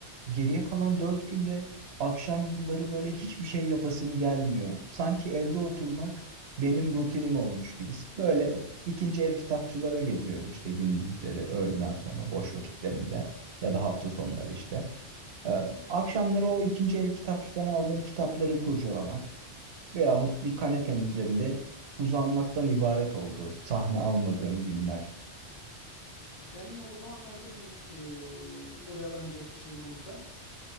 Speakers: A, on the right; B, on the left.
A: Geriye kalan dört günde akşamları böyle hiçbir şey yapasım gelmiyor. Sanki evde oturmak benim rutinim olmuş gibi. Böyle ikinci el kitapçılara geziyorum işte gündüzleri, öğleden sonra boş vakitlerimde ya da hafta sonları işte. Ee, akşamları o ikinci el kitapçıdan aldığım kitapları kurcalamak veyahut bir kanepenin üzerinde uzanmaktan ibaret oldu sahne almadığım günler.
B: Kendine o zamanlarda bir e, oyalanacak bir şey bulsan.